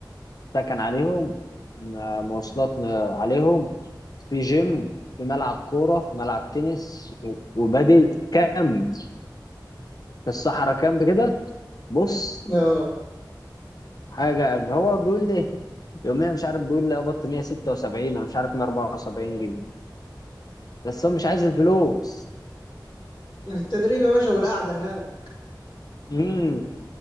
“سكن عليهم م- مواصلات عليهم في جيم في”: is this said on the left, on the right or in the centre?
Left